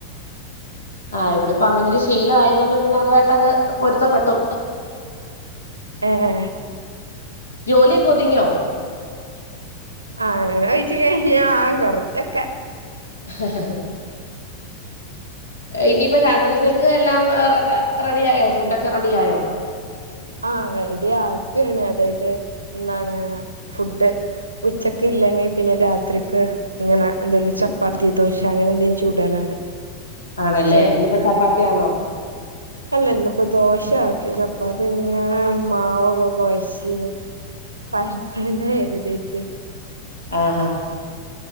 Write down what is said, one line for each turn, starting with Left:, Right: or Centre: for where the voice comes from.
Left: ആഹ് ഇവിടെപ്പോ അങ്ങനൊരു ശീലം ആയതോണ്ട് പിന്നെ അതോയിട്ട് അങ്ങ് പൊര്ത്തപ്പെട്ടു
Right: ഏഹ്
Left: ജോലിയൊക്കെ ഒതുങ്യോ?
Right: ആഹ് അങ്ങനെ കഴിച്ചു കഴിഞ്ഞ ആഹ് കൊർച്ചൊക്കെ
Left: ആ <unintelligible> ഇനിയിപ്പ രാത്രിത്തേക്ക് എല്ലാം റെഡി ആയോ ഫുഡൊക്കെ റെഡിയായോ?
Right: ആഹ് റെഡി ആക്കാണ് അതായത് എന്താണ് ഫുഡ് ഉച്ചക്ക് ഇല്ലെങ്കി പിന്നെ രാത്രിക്ക് ഇങ്ങനെ എന്തേലും ചപ്പാത്തി ദോശ അങ്ങനെ എന്തെങ്കിലും ചുടലാണ്
Left: ആണല്ലേ
Right: ചില
Left: ഇന്നിപ്പോ ചപ്പാത്തിയാണോ
Right: അല്ല ഇന്നിപ്പോ ദോശ ആക്കി ചപ്പാത്തിങ്ങനെ മാവോക്കെ കൊഴച്ച് പര്ത്തണ്ടേ കര്തീറ്റ്
Left: ആഹാ